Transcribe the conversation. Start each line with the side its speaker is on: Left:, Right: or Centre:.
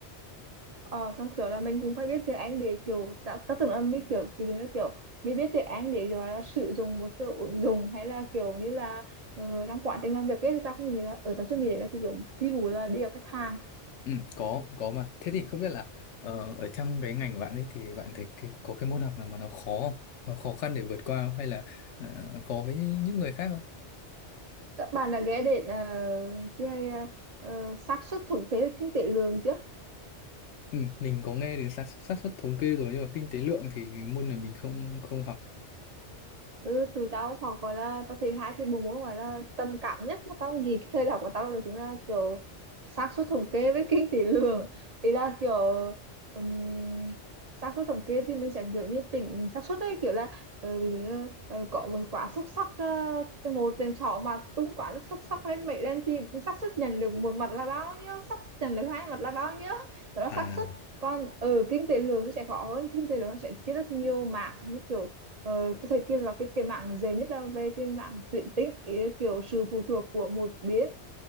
Right: Ờ, xong kiểu là mình cũng phải biết tiếng Anh để kiểu ta, ta tưởng là mình kiểu ví dụ như kiểu mình biết tiếng Anh để rồi là sử dụng một số ứng dụng hay là kiểu như là ờ, trong quá trình làm việc ấy thì ta không nghĩ là ở ta chưa nghĩ đến là cái kiểu phi vụ là đi gặp khách hàng
Left: Ừ, có, có mà. Thế thì không biết là ờ, ở trong cái ngành của bạn ấy thì bạn thấy cái, có cái môn học nào mà nó khó không? Nó khó khăn để vượt qua không? Hay là ờ, khó với những người khác không?
Right: các bạn đã ghé đến uh, chơi uh, xác suất thống kê kinh tế lương chưa
Left: Ừ, mình có nghe đến xác xác suất thống kê rồi nhưng mà kinh tế lượng thì môn này mình không không học.
Right: ừ, tụi tao học gọi là tao thì hai cái bộ môn gọi là trầm cảm nhất mà tao nghĩ cái thời đại của tao là chính là kiểu xác suất thống kê với kinh tế lượng ý là kiểu um, xác suất thống kê thì mình sẽ kiểu như tính xác suất ấy kiểu là ờ, ví dụ như ờ, có một quả xúc xắc ờ, cho một tên trỏ mà tung quả xúc xắc lên mệnh lên thì xác suất nhận được một mặt là bao nhiêu xác suất nhận được hai mặt là bao nhiêu đó là
Left: À,
Right: xác suất còn ở kinh tế lượng thì sẽ khó hơn kinh tế lượng nó sẽ chia rất nhiều mảng như kiểu ờ, tôi thấy kia là cái cái mạng dễ nhất là về cái mạng tuyển tính ý là kiểu sự phụ thuộc của một bên